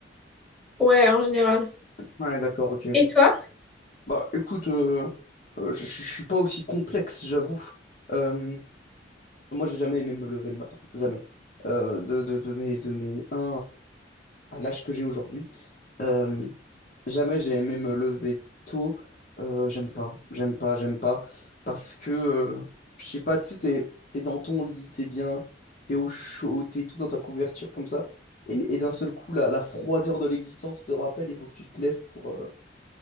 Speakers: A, in the centre; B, on the left (about 45°).
A: Ouais, en général.
B: ouais, d'accord, ok.
A: Et toi?
B: Bah écoute, euh, euh, je, je- je suis pas aussi complexe, j'avoue. Euh, Moi, j'ai jamais aimé me lever le matin, jamais. Euh, de, de, de mes, de mes un à, à l'âge que j'ai aujourd'hui, euh, jamais j'ai aimé me lever tôt. Euh, j'aime pas, j'aime pas, j'aime pas. Parce que, euh, je sais pas, tu sais, t'es, t'es dans ton lit, t'es bien, t'es au chaud, t'es tout dans ta couverture comme ça. Et, et d'un seul coup, la, la froideur de l'existence te rappelle, il faut que tu te lèves pour, euh,